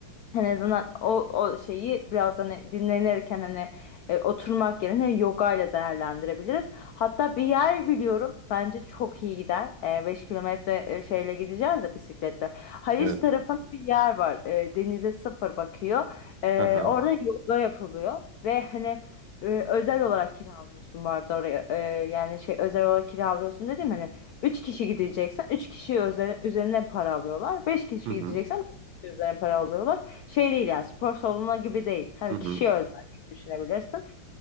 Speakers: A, on the left (about 80°); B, on the right (about 80°).
A: En azından o, o şeyi biraz hani dinlenirken hani e, oturmak yerine yoga ile değerlendirebiliriz. Hatta bir yer biliyorum bence çok iyi gider. E, 5 kilometre e, şeyle gideceğiz ya bisikletle. Haliç
B: Evet.
A: tarafında bir yer var. E, denize sıfır bakıyor. E,
B: Hı hı.
A: orada yoga yapılıyor ve hani e, özel olarak kiralıyorsun bu arada oraya. E, yani şey özel olarak kiralıyorsun dedim hani 3 kişi gideceksen 3 kişi üzerine para alıyorlar. 5 kişi
B: Hı hı.
A: gideceksen 5 kişi üzerine para alıyorlar. Şey değil yani spor salonu gibi değil. Hani
B: Hı hı.
A: kişiye özel gibi düşünebilirsin.